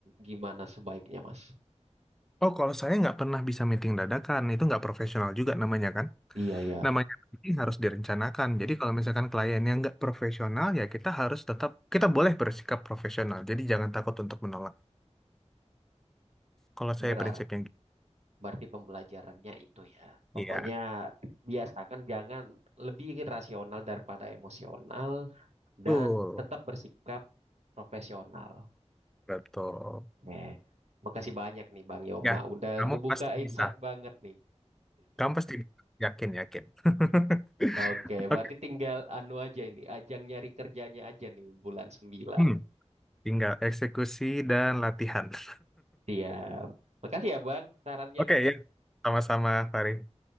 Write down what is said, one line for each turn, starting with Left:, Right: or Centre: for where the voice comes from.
Right: gimana sebaiknya, Mas?
Centre: Oh, kalau saya nggak pernah bisa meeting dadakan, itu nggak profesional juga namanya kan.
Right: Iya, ya.
Centre: Namanya meeting harus direncanakan. Jadi kalau misalkan kliennya nggak profesional, ya kita harus tetap, kita boleh bersikap profesional. Jadi jangan takut untuk menolak. Kalau
Right: benar.
Centre: saya prinsipnya gitu.
Right: Berarti pembelajarannya itu ya. Pokoknya
Centre: Iya,
Right: biasakan jangan lebih rasional daripada emosional dan
Centre: betul.
Right: tetap bersikap profesional.
Centre: Betul.
Right: Oke. Makasih banyak nih Bang Yoma
Centre: Ya,
Right: udah
Centre: kamu
Right: ngebuka
Centre: pasti
Right: insight
Centre: bisa.
Right: banget nih.
Centre: Kamu pasti bisa. Yakin, yakin. <laughs>
Right: Oke, berarti
Centre: Oke.
Right: tinggal anu aja ini, ajang nyari kerjanya aja nih bulan sembilan
Centre: Hmm, Tinggal eksekusi dan latihan. <laughs>
Right: Siap. Makasih ya Bang sarannya
Centre: Oke,
Right: nih.
Centre: ya. Sama-sama, Fari.